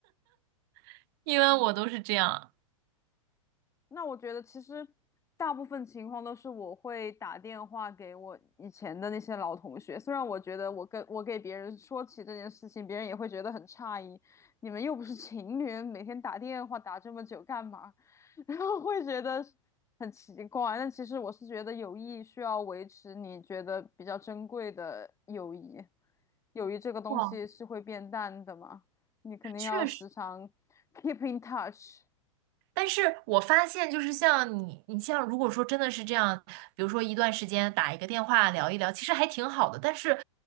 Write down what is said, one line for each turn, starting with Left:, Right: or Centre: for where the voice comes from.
Right: <laughs> 因为我都是这样。
Left: <laughs> 嗯。那我觉得其实大部分情况都是我会打电话给我以前的那些老同学，虽然我觉得我跟我给别人说起这件事情，别人也会觉得很诧异，你们又不是情侣，每天打电话打这么久干嘛？<laughs> 然后会觉得很奇怪。但其实我是觉得友谊需要维持，你觉得比较珍贵的友谊，友谊这个东西是会变淡的嘛，
Right: 哇，
Left: 你肯定要时常
Right: 确实。
Left: keep in touch。
Right: 但是我发现，就是像你，你像如果说真的是这样，比如说一段时间打一个电话聊一聊，其实还挺好的。但是，